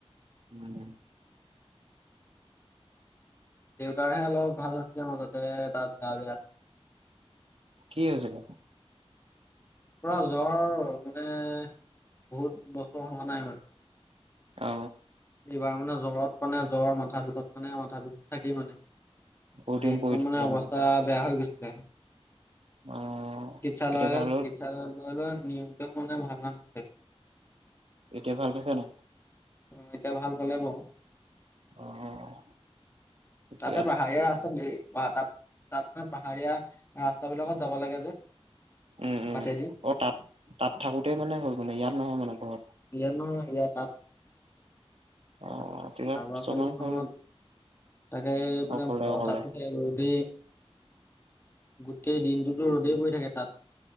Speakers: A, on the right (about 65°); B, on the left (about 20°).
A: উম
B: দেউতাৰহে অলপ ভাল নাছিলে মাজতে তাত গা বেয়া
A: কি হৈছিলে
B: পুৰা জ্বৰ এ বহুত বছৰ হোৱা নাই মানে
A: অ
B: এইবাৰ মানে জ্বৰত মানে জ্বৰ মাথা বিষত মানে মাথা বিষতো থাকেই মানে
A: বহুত দিন
B: একদম
A: পৰিছিলে
B: মানে অৱস্থা বেয়া হৈ গৈছে দে
A: অ'।
B: চিকিৎসালয়লৈ
A: এতিয়া ভাল
B: চিকিৎসালয়লৈ
A: হ'ল,
B: নিয়মটো মানে মানা নাছিলে
A: এতিয়া ভাল পাইছে নাই?
B: অ এতিয়া ভাল পালে বাউ
A: অ', ঠিকে
B: তাতে
A: আছে,
B: পাহাৰীয়া ৰাস্তাত ঢেই প তাত তাত মানে পাহাৰীয়া ৰাস্তা বিলাকত যাব লাগে যে
A: উম উম
B: পাতেদি
A: অ তাত তাত থাকোতে মানে হল মান ইয়াত নহয় মানে ঘত
B: ইয়াত নহয় ইয়াত
A: অ', তেতিয়া
B: <unintelligible>
A: ছমাহ
B: খনত
A: হ'ল
B: তাকে মানে
A: অকলে অকলে
B: তাতো ৰ'দেই গোটেই দিনটোতো ৰ'দেই পৰি থাকে। <unintelligible>